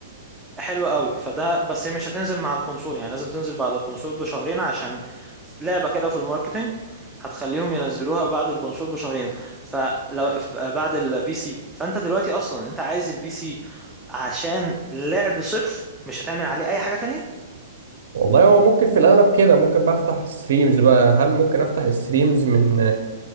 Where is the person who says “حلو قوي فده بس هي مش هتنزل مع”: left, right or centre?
Centre